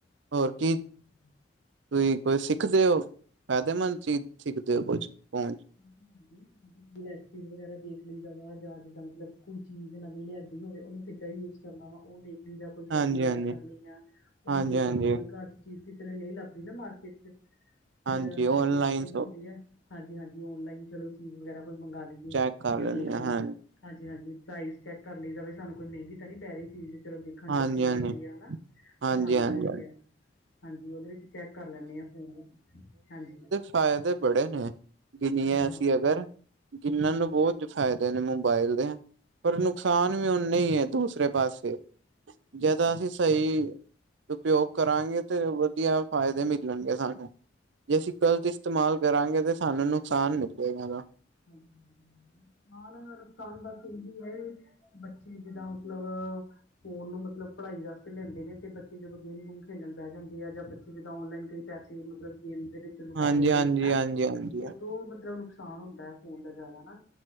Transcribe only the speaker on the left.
ਹਾਂਜੀ
ਹਾਂਜੀ
<inaudible> <unintelligible> ਰੈਸਪੀਜ਼ ਵਗੈਰਾ ਦੇਖ ਲਈ ਦਾ ਵਾ, ਜਾ ਜਿੱਦਾਂ ਮਤਲਬ ਕੋਈ ਚੀਜ ਨਵੀਂ ਲਿਆਂਦੀ ਹੋਵੇ, ਓਨੂੰ ਕਿਦਾਂ ਯੂਜ਼ ਕਰਨਾ ਵਾ, ਓ ਦੇਖ ਲਈਦਾ, ਕੋਈ ਸ਼ੋਪਿੰਗ
ਵਗੈਰਾ
ਕਰਨੀ ਆ, ਓ
ਦੇਖ
ਲਈ ਦੀ, ਕੋਈ ਘਾਰ ਚ ਚੀਜ ਕਿਸੇ ਅਲੇ ਨਈ ਲੱਬਦੀ ਨਾ ਮਾਰਕੀਟ ਚ, ਫੇਰ
ਕੋਸ਼ਿਸ਼ ਏਈ ਹੁੰਦੀ ਐ ਹਾਂਜੀ-ਹਾਂਜੀ, ਓਨਲਾਈਨ ਚਲੋ ਚੀਜ ਵਗੈਰਾ ਕੋਈ ਮੰਗਾ ਲੀਏ,
ਜਾਂ
ਦੇਖ
ਲੀਏ
ਨਾ। ਹਾਂਜੀ-ਹਾਂਜੀ, ਪ੍ਰਾਈਜ਼ ਚੈੱਕ ਕਾਰ ਲਈ ਦਾ ਵੀ ਸਾਨੂੰ ਕੋਈ ਮੈਹੰਗੀ ਤਾ ਨੀ ਪੈ ਰਈ ਚੀਜ। ਚਲੋ ਦੇਖਨ
ਚ ਅੱਛੀ ਲਾੱਗ ਰੀ ਆ ਹਨਾ,
ਪਸੰਦ ਆਰੀ ਐ, ਹਾਂਜੀ ਓਦੇ ਵਿੱਚ ਚੈੱਕ ਕਾਰ ਲੈਂਨੇ ਆ ਫੋਨ ਵਿੱਚ, ਹਾਂਜੀ।
ਹਾਂਜੀ-ਹਾਂਜੀ
ਹੂੰ
ਹਾਂਜੀ-ਹਾਂਜੀ
ਹਾਂਜੀ। ਨਾਲ ਐਨਾ ਨੂੰ ਕਾੰਮ ਬੱਸ ਏਹੀ ਹੈਈ ਬੱਚੇ ਜਿੱਦਾਂ ਮਤਲਬ ਫੋਨ ਨੂੰ ਮਤਲਬ ਪਢਾਈ ਅਸਤੇ ਲੈਂਦੇ ਨੇ, ਤੇ ਬੱਚੇ ਜਦੋਂ ਗੇਮ-ਗੂਮ ਖੇਲਨ ਬੈ ਜਾਂਦੇ ਆ, ਜਾਂ ਬੱਚੇ ਜਿੱਦਾਂ ਔਨਲਾਈਨ ਕਈ ਪੈਸੇ ਮਤਲਬ ਗੇਮ ਦੇ ਵਿੱਚ ਲੁਟਾ
ਦੇੰਦੇ ਨੇ, ਹੈਂ
ਓਦੋਂ ਮਤਲਬ ਓਨੂ ਨੁਕਸਾਨ ਹੁੰਦੈ, ਫੋਨ ਦਾ ਜਾਦਾ ਨਾ,